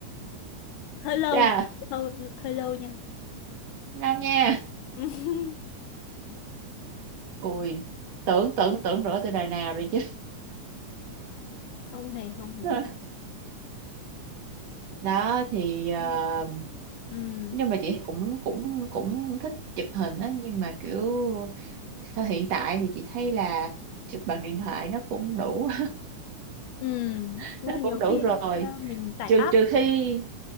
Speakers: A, on the left; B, on the right.
A: <laughs> hơi lâu
B: chà
A: hả hơi, hơi lâu nha
B: ngon nha
A: <laughs>
B: ui tưởng tưởng tưởng rửa từ đời nào rồi chứ
A: không hề không hề
B: <laughs> đó thì ờ,
A: ừ ừ
B: nhưng mà chị cũng cũng cũng thích chụp hình á nhưng mà kiểu thời hiện tại thì chị thấy là chụp bằng điện thoại nó cũng đủ
A: ừ
B: <laughs>
A: Nếu
B: thế
A: mà nhiều
B: cũng
A: khi
B: đủ rồi
A: ờ, mình tải
B: trừ
A: app
B: trừ khi